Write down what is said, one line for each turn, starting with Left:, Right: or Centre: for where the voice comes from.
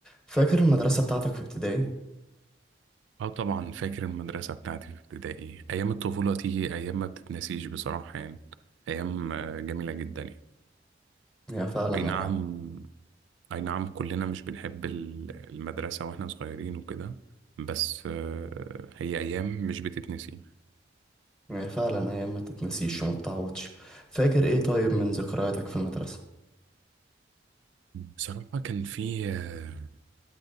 Centre: فاكر المدرسة بتاعتك في ابتدائي؟
Right: اه طبعا فاكر المدرسة بتاعتي في ابتدائي أيام الطفولة دي أيام ما بتتنسيش بصراحة يعني أيام آه، جميلة جدا يعني
Centre: هي فعلا
Right: أي نعم
Centre: أيام
Right: أي نعم كلنا مش بنحب ال- المدرسة وإحنا صغيرين وكده بس آه، هي أيام مش بتتنسي
Centre: هي فعلا أيام ما تتنسيش وما تتعوضش فاكر إيه طيب من ذكرياتك في المدرسة؟
Right: بصراحة كان في آه،